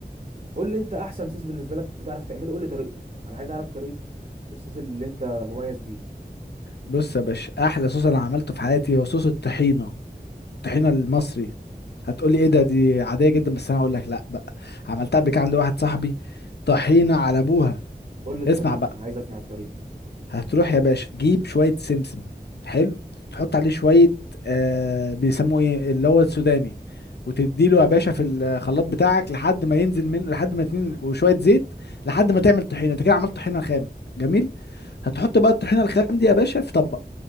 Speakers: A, on the right; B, on the left.
A: قول لي انت احسن صوص بالنسبه لك بتعرف تعمله قول لي طريقته انا عايز اعرف طريقه الصوص اللي انت مميز بيه
B: بص يا باشا احلى صوص انا عملته في حياتي هو صوص الطحينه الطحينه المصري هتقولي ايه ده دي عاديه جدا بس انا هقول لك لا بقى عملتها قبل كده عند واحد صاحبي طحينه على ابوها
A: قول لي الطريقه
B: اسمع بقى
A: انا عايز اسمع الطريقه
B: هتروح يا باشا تجيب شويه سمسم حلو تحط عليه شويه آه بيسموه ايه اللي هو السوداني وتديله يا باشا في الخلاط بتاعك لحد ما ينزل منه لحد ما اتنين وشويه زيت لحد ما تعمل طحينه انت كده عملت طحينه خام جميل هتحط بقى الطحينه الخام دي يا باشا في طبق